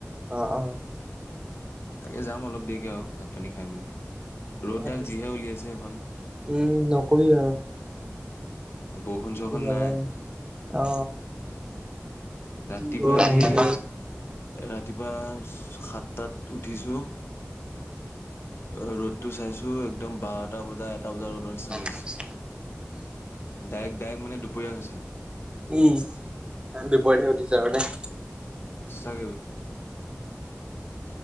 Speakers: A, on the right (about 20°); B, on the left (about 55°).
A: অ', অ'।
B: তাকে যাম অলপ দেৰিকে আৰু ভাত পানী খাই মেলি। ৰ'দডাল
A: আহিবি
B: যিহে উলিয়াইছে সেইখন।
A: উম নকবি আৰু
B: বৰষুণ চৰষুণ
A: গৰম
B: নাই।
A: অ
B: ৰাতিপুৱা
A: যি গৰম আহিছে
B: সেই ৰাতিপুৱা সাতটাত উঠিছো অ' ৰ'দ টো চাইছো একদম বাৰটা বজা এটা বজা ৰ'দৰ নিচিনা লাগিছে।
A: উম
B: ডাইৰেক্ট-ডাইৰেক্ট মানে দুপৰীয়া হৈছে আৰু।
A: উম জেন দুপৰতে হে উঠিচো আৰু নে।
B: সচাকই।